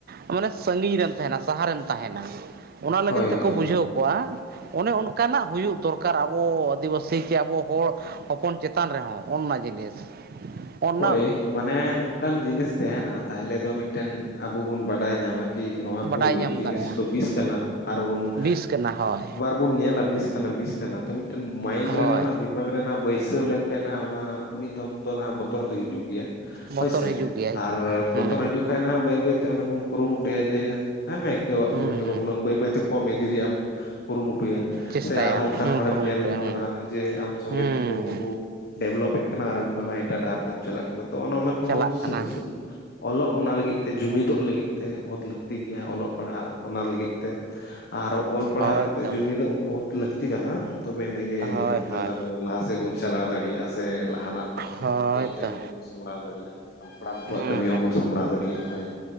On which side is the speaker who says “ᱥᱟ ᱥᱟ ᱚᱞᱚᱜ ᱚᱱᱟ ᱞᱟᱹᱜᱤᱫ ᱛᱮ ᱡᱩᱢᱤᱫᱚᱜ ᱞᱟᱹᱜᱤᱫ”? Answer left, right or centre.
Left